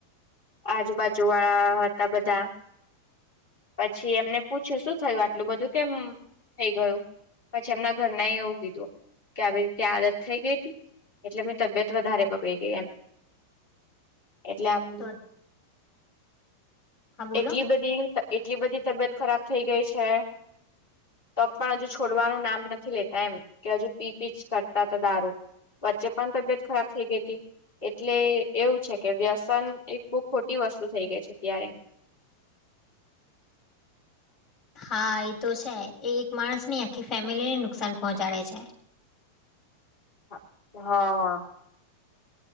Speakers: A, on the left; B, on the left.
A: આજુબાજુ વાળા હતા બધા. <unintelligible> પછી એમને પૂછ્યું, શું થયું! આટલું બધું કેમ થઈ ગયું? પછી એમના ઘર ના એવું કીધું કે, આવી રીતે આદત થઈ ગઈ હતી. એટલે, એમની તબિયત વધારે બગડી ગઈ એમ, એટલે આમ.
B: તો હા બોલો
A: એટલી બધી એટલી બધી તબિયત ખરાબ થઈ ગઈ છે. તો પણ, હજુ છોડવાનું નામ નથી લેતા, એમ કે, હજુ પી પી જ કરતા હતા દારૂ. વચ્ચે પણ તબિયત ખરાબ થઈ ગઈ હતી. એટલે, એવું છે કે, વ્યસન એક બહુ ખોટી વસ્તુ થઈ ગઈ છે અત્યારે. <unintelligible>
B: હા એ તો છે એ એક માણસ નહી આખી ફેમિલીને નુકસાન પહોંચાડે છે
A: હા હા <inaudible>